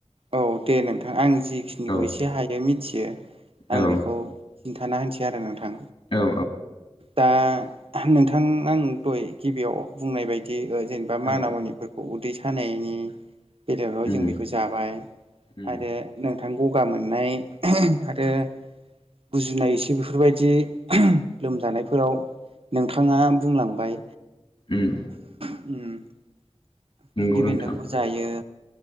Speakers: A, on the right; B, on the left.
A: औ दे नोंथां आं जि -जिखिनिखौ
B: औ
A: एसे हायो मिथियो आं
B: औ
A: बेखौ खिन्थाना होनोसै आरो नोंथां।
B: औ
A: दा नोंथां आं दहाय गिबियाव बुंनाय बायदि जेनबा
B: औ
A: माना-मुनिफोरखौ उदै सानायनि बेलायावहाय‌
B: उम
A: जों बेखौ जाबाय
B: उम
A: आरो। नोंथां गगा मोननाय आरो। गुजुनाय एसे बेफोरबायदि लोमजानायफोराव। नोंथाङा बुंलांबाय
B: उम
A: खिफि
B: नंगौ नोंथां
A: बेन्दोंखौ जायो।